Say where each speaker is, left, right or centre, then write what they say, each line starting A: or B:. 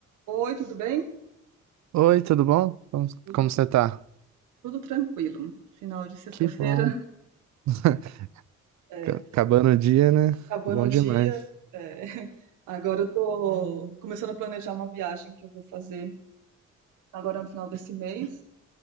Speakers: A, on the right (about 85°); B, on the right (about 65°).
A: Oi, tudo bem?
B: Oi, tudo bom? Como,
A: Tudo,
B: como você tá?
A: tudo tranquilo. Final de sexta-feira,
B: Que bom. <laughs>
A: é,
B: Ca- Acabando o dia, né?
A: acabando
B: Bom
A: o dia.
B: demais.
A: é. <laughs> Agora eu tô começando a planejar uma viagem que eu vou fazer agora no final desse mês.